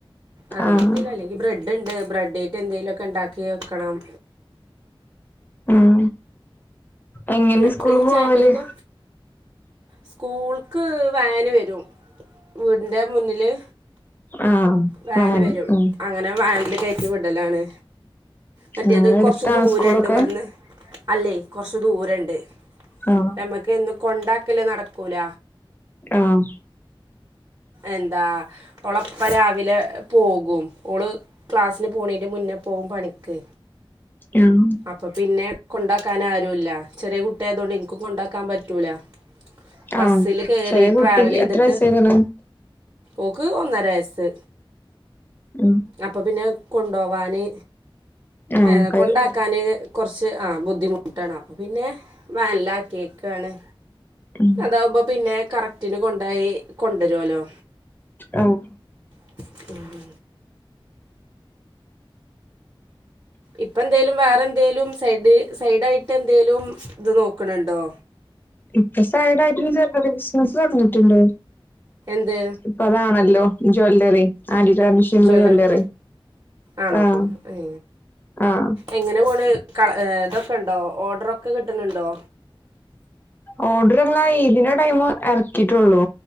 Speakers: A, on the right; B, on the left.
A: അങ്ങനത്തെന്തേലും
B: ആഹ്
A: അല്ലെങ്കി ബ്രെഡ്ണ്ട് ബ്രെഡേറ്റ്ന്തേലൊക്കെ ഇണ്ടാക്കി വെക്കണം
B: ഉം എങ്ങനെ
A: ഇങ്ങക്കിനി
B: സ്കൂള് പോവല്
A: ചായക്കടിക്കോ സ്കൂൾക്ക് വാന് വരും വീടിന്റെ മുന്നില്
B: ആഹ്
A: വാന്
B: വാൻ
A: വരും
B: ആഹ്
A: അങ്ങനെ വാനില് കയറ്റി വിടലാണ് മറ്റേത്
B: ആഹ് എടുത്താണോ
A: കൊറച്ച് ദൂരണ്ട്
B: സ്കൂളൊക്കെ
A: ഇവിട്ന്ന് അല്ലേയ് കൊറച്ച് ദൂരണ്ട്
B: ആണോ
A: ഞമ്മക്ക് എന്നും കൊണ്ടാക്കല് നടക്കൂല
B: ആഹ്
A: എന്താ ഓളെ ഇപ്പ രാവിലെ പോകും ഓള് ക്ലാസ്സിന് പോണേന്റെ മുന്നേ പോം പണിക്ക്
B: ക്ക്യാം
A: അപ്പൊ പിന്നെ കൊണ്ടാക്കാനാരും ഇല്ല ചെറിയ കുട്ടിയായതോണ്ട് എനിക്ക് കൊണ്ടാക്കാൻ പറ്റൂല ബസ്സില്
B: ആഹ്
A: കേറി
B: ചെറിയ
A: ട്രാവൽ
B: കുട്ടി
A: ചെയ്തിട്ട്
B: എത്ര വയസ്സായിക്ക്ണ്
A: ഓക്ക് ഒന്നര വയസ്
B: ഉം
A: അപ്പപിന്നെ കൊണ്ടോവാന്
B: ആഹ്
A: ഏഹ്
B: കയ്യൂല
A: കൊണ്ടാക്കാന് കൊറച്ച് ആഹ് ബുദ്ധിമുട്ടാണ് അപ്പപിന്നെ വാനില്ലാക്കേക്കാണ്
B: ഉം
A: അതാവുമ്പ പിന്നെ കറക്റ്റിന് കൊണ്ടൊയി കൊണ്ടരോല്ലോ
B: ആഹ്
A: ഉം ഇപ്പ എന്തേലും വേറെ എന്തേലും സൈഡ് സൈഡായിട്ട് എന്തേലും ഇത് നോക്കണ് ണ്ടോ
B: ഇപ്പൊ സൈഡായിട്ടൊര് <unintelligible> ബിസിനസ് തൊടങ്ങീട്ടിണ്ട്
A: എന്ത്
B: ഇപ്പതാണല്ലോ ജ്വല്ലറി ആന്റിഗാ ഷിൻഡ്
A: ജ്വല്ലറി
B: ജോല്ലറി
A: ആണോ
B: ആഹ്
A: ഏ
B: ആഹ്
A: എങ്ങനെ പോണ് കള ഇതൊക്കെണ്ടോ ഓർഡറൊക്കെ കിട്ടണണ്ടോ
B: ഓഡർള്ള ഇതിന്റെ ടൈമ് എറക്കീ ട്ടുള്ളൂ